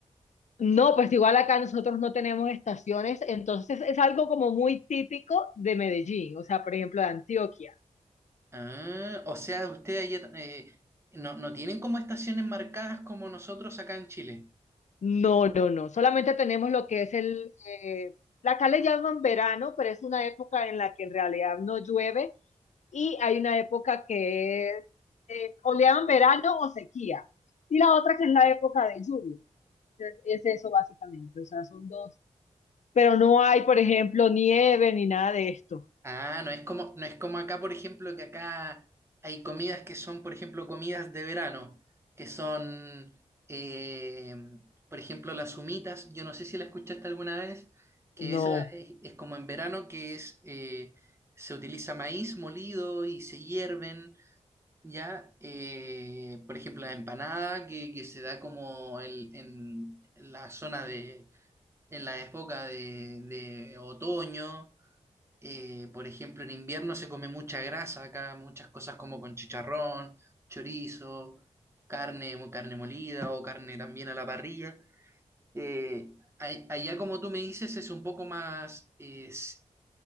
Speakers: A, on the left (about 70°); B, on the right (about 20°).
A: No, pues igual acá nosotros no tenemos estaciones, entonces es algo como muy típico de Medellín, o sea, por ejemplo, de Antioquia.
B: Ah, o sea, ustedes allá, eh, no, no tienen como estaciones marcadas como nosotros acá en Chile.
A: No, no, no, solamente tenemos lo que es el, eh, acá le llaman verano, pero es una época en la que en realidad no llueve y hay una época que es, eh, o le llaman verano o sequía, y la otra que es la época de lluvia. Entonces, es eso básicamente, o sea, son dos, pero no hay, por ejemplo, nieve ni nada de esto.
B: Ah, no es como, no es como acá, por ejemplo, que acá hay comidas que son, por ejemplo, comidas de verano, que son, eh, por ejemplo, las humitas. Yo no sé si la escuchaste alguna vez, que
A: No.
B: esa es, es como en verano, que es, eh, se utiliza maíz molido y se hierven, ¿ya? Eh, por ejemplo, la empanada, que, que se da como el- en la zona de, en la época de de otoño. Eh, por ejemplo, en invierno se come mucha grasa acá, muchas cosas como con chicharrón, chorizo, carne, mo- carne molida o carne también a la parrilla. Eh, ay- allá, como tú me dices, es un poco más, es,